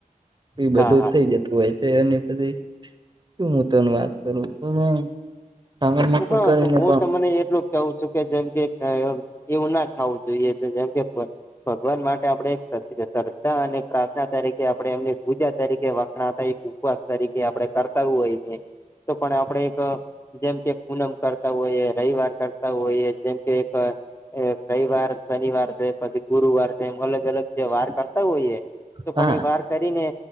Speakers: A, on the right (about 30°); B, on the left (about 20°).
A: એ બધું
B: હા
A: થઇ જતું હોય. <unintelligible> પછી હું તોને વાત કરું પણ ટાંગર મકર
B: હા
A: કરીને
B: તો હું તમને એટલું કવું છું કે જેમ કે એવું ના ખાવું જોઈએ તો જેમ કે ભગવાન માટે આપણેે એક શ્રદ્ધા અને પ્રાર્થના તરીકે આપણે એમની પૂજા તરીકે વખણાતાં ઉપવાસ તરીકે આપણે કરતા હોઈ સે તો પણ આપણે એક જેમ કે પૂનમ કરતા હોઈએ, રવિવાર કરતા હોઈએ, જેમ કે એક એ રઈવાર શનિવાર દ- પછી ગુરુવાર જેમ અલગ અલગ જે વાર કરતા હોઈએ તો
A: હા
B: પણ એ વાર કરીને